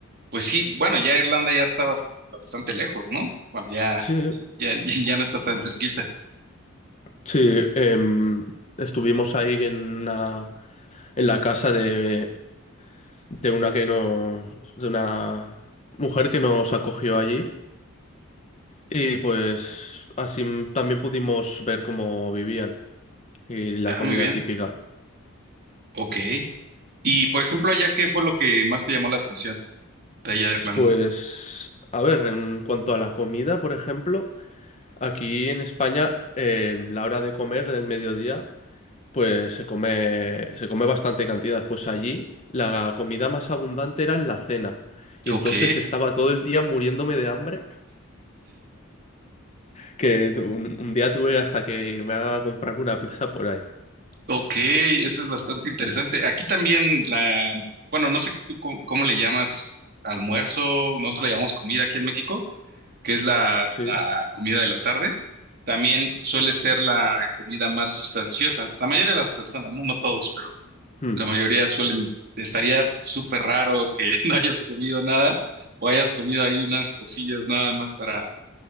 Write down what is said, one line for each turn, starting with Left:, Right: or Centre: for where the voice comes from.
Right: Pues sí, bueno, ya Irlanda ya está bas- bastante lejos, ¿no? Bueno, ya,
Left: Sí,
Right: ya, <laughs> ya no está tan cerquita.
Left: sí, em, estuvimos ahí en una- en la casa de, de una que nos, de una mujer que nos acogió allí y pues así también pudimos ver cómo vivían. Y la
Right: Ah,
Left: comida
Right: muy bien.
Left: típica.
Right: Ok. Y por ejemplo, allá, ¿qué fue lo que más te llamó la atención de allá de Irlanda?
Left: Pues, a ver, en cuanto a la comida, por ejemplo, aquí en España, eh, la hora de comer del mediodía, pues se come, se come bastante cantidad. Pues allí la comida más abundante era en la cena. Y
Right: Ok,
Left: entonces estaba todo el día muriéndome de hambre, que tu- un, un día tuve hasta que irme a comprarme una pizza por ahí.
Right: ok, eso es bastante interesante. Aquí también la, bueno, no sé tú cómo, cómo le llamas almuerzo, nosotros le llamamos comida aquí en México, que es la,
Left: Sí,
Right: la comida de la tarde. También suele ser la comida más sustanciosa. La mayoría de las personas, no, no todos, pero
Left: Mm.
Right: La mayoría suelen, estaría súper raro que <laughs> no hayas comido nada o hayas comido ahí unas cosillas nada más para,